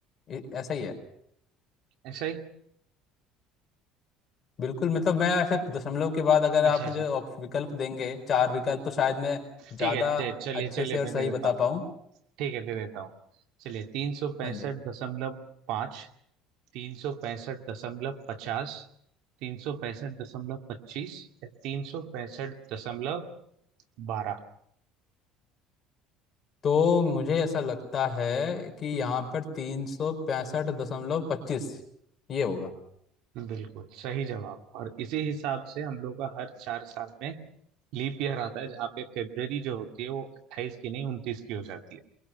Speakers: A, on the left; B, on the right.
A: ए- ऐसा ही है
B: ऐसा ही
A: बिल्कुल मतलब मैं ऐसे दशमलव के बाद अगर
B: अच्छा
A: आप
B: अच्छा
A: मुझे ऑप- विकल्प देंगे चार विकल्प तो शायद मैं ज़्यादा
B: ठीक है चे- चलिए
A: अच्छे
B: चलिए
A: से और
B: मैं
A: सही
B: दे
A: बता
B: देता हूँ
A: पाऊँ
B: ठीक है दे देता हूँ चलिए तीन सौ पैंसठ
A: हाँ जी
B: दशमलव पाँच तीन सौ पैंसठ दशमलव पचास तीन सौ पैंसठ दशमलव पच्चीस या तीन सौ पैंसठ दशमलव बारह
A: तो मुझे ऐसा लगता है कि यहाँ पर तीन सौ पैंसठ दशमलव पच्चीस ये होगा
B: बिल्कुल सही जवाब और इसी हिसाब से हम लोग का हर चार साल में लीप ईयर आता है जहाँ पे फेब्रवरी जो होती है वो अट्ठाईस की नहीं उनतीस की हो जाती